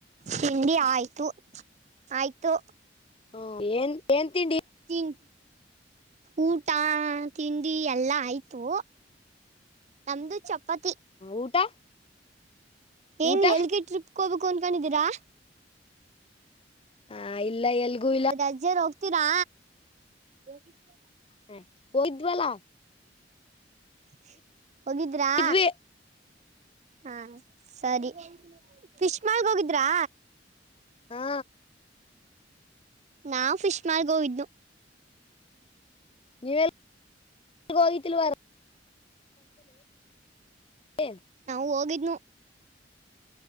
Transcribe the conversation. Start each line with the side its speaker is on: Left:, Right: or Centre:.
Right: ತಿಂಡಿ ಆಯ್ತು. ಆಯ್ತು.
Left: ಹೂ ಏನ್ ಏನ್ ತಿಂಡಿ.
Right: ತಿನ್ ಊಟ ತಿಂಡಿ ಎಲ್ಲಾ ಆಯ್ತು ನಮ್ದು ಚಪ್ ಪತಿ.
Left: ಊಟ
Right: ಏನ್
Left: ಊಟ
Right: ಎಲ್ಗೆ ಟ್ರಿಪ್ಗ್ ಹೋಗ್ಬಕ್. ಕುನ್ಕೊಂಡಿದ್ದೀರಾ.
Left: ಹ ಇಲ್ಲ ಎಲ್ಗೂ ಇಲ್ಲ
Right: ಅ ರಜ್ಜೆರ್ ಹೋಗ್ತೀರಾ. ಹೋಗಿದ್ವಲ.
Left: ಹ್ಮ್ ಒಯಿದ್ವಲ್ಲ.
Right: <inaudible> ಹೋಗಿದ್ರಾ.
Left: ಹೋಗಿದ್ವಿ
Right: ಹಾ ಸರಿ ಫಿಷ್ಮಾಲ್ ಹೋಗಿದ್ರಾ.
Left: ಹಾ.
Right: ನಾ ಫಿಶ್ಮಾಲ್ ಗೋವಿದ್ ನು.
Left: ನೀವೆಲ್. ಗೋಯಿತಿಲ್ವಾರ <unintelligible>
Right: ನಾವು ಹೋಗಿದ್ನು.